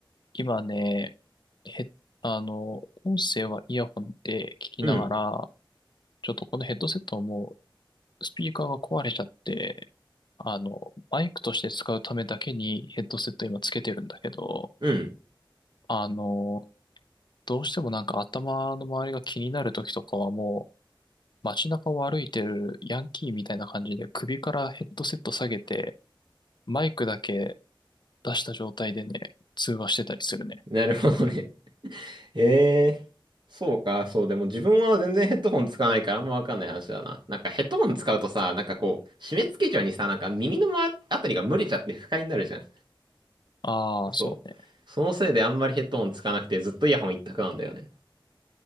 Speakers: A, on the left; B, on the right.
A: 今ね、へ、あの、音声はイヤホンで聞きながら、
B: うん。
A: ちょっとこのヘッドセットはもうスピーカーが壊れちゃって、あの、マイクとして使うためだけにヘッドセット今つけてるんだけど、
B: <laughs> うん。
A: あの、どうしてもなんか頭の周りが気になる時とかはもう街中を歩いてるヤンキーみたいな感じで首からヘッドセット下げて、マイクだけ出した状態でね、通話してたりするね。
B: なるほどね。<laughs> ええそうか、そう。でも自分は全然ヘッドホン使わないからあんまわかんない話だな。なんかヘッドホン使うとさ、なんかこう、締め付けちゃうにさ、なんか耳のまあたりが蒸れちゃって不快になるじゃん。
A: ああ、
B: そう。
A: そうね。
B: そのせいであんまりヘッドホンつかなくてずっとイヤホン一択なんだよね。